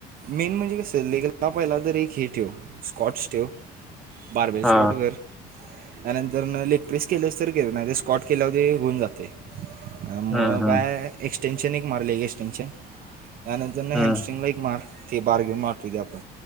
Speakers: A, on the right (about 55°); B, in the centre.
A: मेन म्हणजे कस लेला पहिला तर एक हे ठेव स्कॉटस ठेव. बारवीवी
B: हा
A: स्पॉटगर.. त्यानंतर लेग प्रेस केल्या तर के नाही ते स्कॉट केल्यावर होऊन जाते. मग
B: हम्म हम्म
A: काय एक्स्टेनशन एक मारले एक एक्सटेनशन.. त्यानंतर
B: हम्म
A: हॅम्स्टिंगला एक मार ते बार्गेन मारत हो आपण